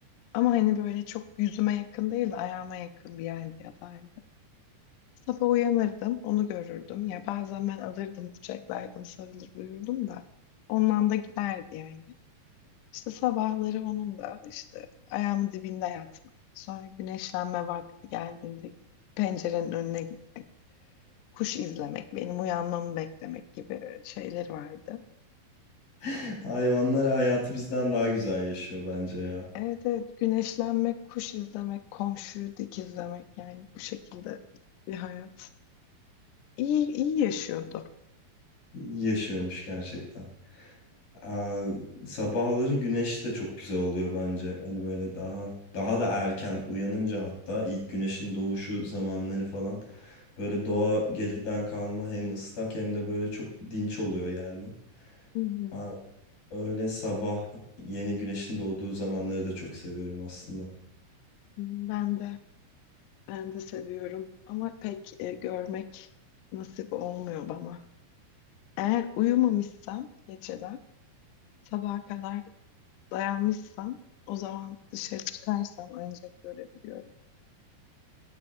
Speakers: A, on the left (about 85°); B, on the left (about 60°).
A: Ama hani böyle çok yüzüme yakın değil de ayağıma yakın bir yerde yatardı. Sabah uyanırdım, onu görürdüm. Ya bazen ben alırdım, kucaklardım, sarılır uyurdum da. Ondan da giderdi yani. İşte sabahları onun da işte ayağımın dibinde yatmak. Sonra güneşlenme vakti geldiğinde pencerenin önüne gitmek, kuş izlemek, benim uyanmamı beklemek gibi şeyleri vardı.
B: <laughs> Hayvanlar hayatı bizden daha güzel yaşıyor bence ya.
A: Evet evet güneşlenmek, kuş izlemek, komşuyu dikizlemek yani bu şekilde bir hayat. İyi, iyi yaşıyordu.
B: Yaşıyormuş gerçekten. Aa, sabahları güneş de çok güzel oluyor bence. Hani böyle daha daha da erken uyanınca hatta ilk güneşin doğuşu zamanları falan böyle doğa geceden kalma hem ıslak hem de böyle çok dinç oluyor yani.
A: Hı hı.
B: Aa, öyle sabah yeni güneşin doğduğu zamanları da çok seviyorum aslında.
A: Ben de ben de seviyorum ama pek e, görmek nasip olmuyor bana. Eğer uyumamışsam geceler sabaha kadar dayanmışsam o zaman dışarı çıkarsam ancak görebiliyorum.